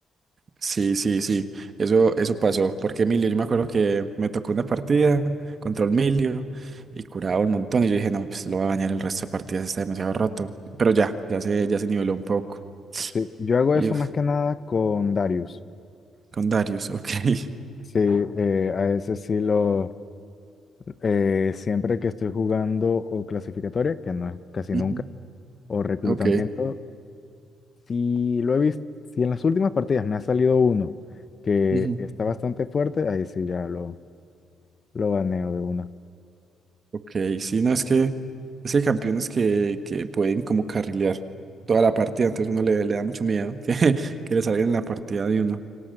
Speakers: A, on the right (about 40°); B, on the left (about 40°).
A: Sí, sí, sí, eso, eso pasó, porque Emilio, yo me acuerdo que me tocó una partida contra Emilio y curaba un montón y yo dije, no, pues lo va a bañar el resto de partidas, está demasiado roto, pero ya, ya se, ya se niveló un poco.
B: Sí, yo hago
A: Y
B: eso
A: uf,
B: más que nada con Darius.
A: con Darius, ok. <laughs>
B: Sí, eh, a ese sí lo... eh, siempre que estoy jugando o clasificatoria, que no es casi
A: Ujú,
B: nunca, o reclutamiento,
A: Ok.
B: Sí, lo he visto, si en las últimas partidas me ha salido uno que
A: ujú,
B: está bastante fuerte, ahí sí ya lo, lo baneo de una.
A: Ok, sí, no, es que, es que hay campeones que, que pueden como carrilear toda la partida, entonces uno le, le da mucho miedo que, <laughs> que le salgan en la partida de uno.